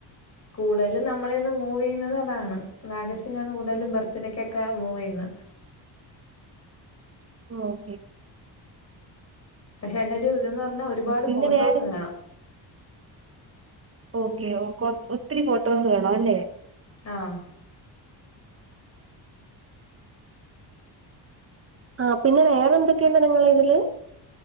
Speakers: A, on the left (about 35°); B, on the right (about 30°).
A: കൂടുതലും നമ്മളയിന്ന് മൂവ് ചെയ്യുന്നത് അതാണ് മാഗസിൻനാണ് കൂടുതലും ബർത്തിഡേക്കൊക്കെ മൂവ് ചെയ്യുന്ന
B: ഓ ഓക്കെ
A: പക്ഷെ അതിനൊരു ഇതന്ന് പറഞ്ഞാ ഒരുപാട്
B: പിന്നെ
A: ഫോട്ടോസ്
B: വേറെ
A: വേണം
B: ഓക്കെ ഓകോ ഒത്തിരി ഫോട്ടോസ് വേണം അല്ലേ
A: ആഹ്
B: ആ പിന്നെ വേറെ എന്തൊക്കെയുണ്ട് നിങ്ങടെ ഇതില്